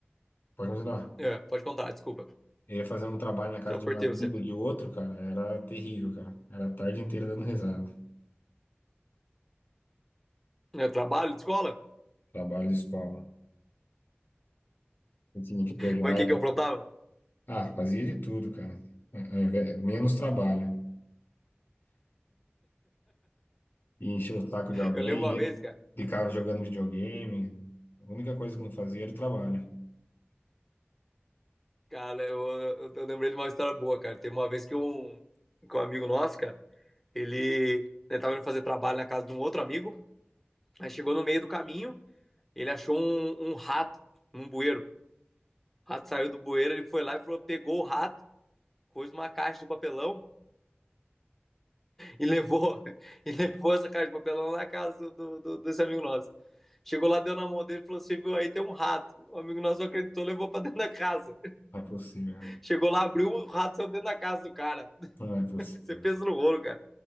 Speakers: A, on the left; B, in the centre.
A: pode continuar.
B: É, pode contar, desculpa.
A: Eu Ia fazer um trabalho na casa
B: Eu
A: de
B: cortei
A: um amigo,
B: você.
A: de outro, cara, era terrível, cara. Era a tarde inteira dando risada.
B: Eu trabalho, escola?
A: Trabalho de escola. Eu tinha que pegar
B: Mas o que
A: e
B: que
A: fa-
B: eu aprontava?
A: Ah, fazia de tudo, cara. É, é, é, Menos trabalho. e encher o saco de alguém,
B: Eu lembro uma vez,
A: e
B: cara.
A: ficava jogando videogame. A única coisa que não fazia era o trabalho.
B: Cara, eu, eu, eu lembrei de uma história boa, cara. Tem uma vez que um, que um amigo nosso, cara, ele, ele tava indo fazer trabalho na casa de um outro amigo. Aí chegou no meio do caminho, ele achou um, um rato num bueiro. O rato saiu do bueiro, ele foi lá e falou, pegou o rato, pôs uma caixa de papelão e levou, <laughs> e levou essa caixa de papelão lá na casa do, do- desse amigo nosso. Chegou lá, deu na mão dele e falou: Você viu aí, tem um rato. O amigo nosso não acreditou, levou pra dentro da casa.
A: Não é possível.
B: Chegou lá, abriu, o rato saiu dentro da casa do cara.
A: Não é possível.
B: Você pensa no rolo, cara.